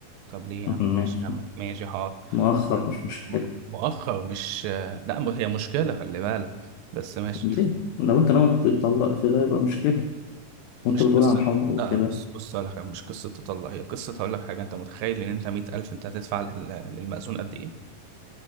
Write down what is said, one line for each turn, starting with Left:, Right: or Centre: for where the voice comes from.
Right: طب ليه يا
Left: آه،
Right: عم
Left: ماشي
Right: ماشي يا عم ماشي حاضر
Left: مؤخر مش مشكلة
Right: م- مؤخر مش لا ما هي مشكله خلي بالك بس ماشي
Left: ليه؟ لو انت ناوي تطلق في ده يبقى مشكلة وانت
Right: مش
Left: بتقول
Right: قصه
Left: عن حب وكده
Right: لا بص بص هقول لك مش قصه تطلع هي قصه هقول لك حاجه انت متخيل ان انت 100000 انت هتدفع لل- للمأذون قد ايه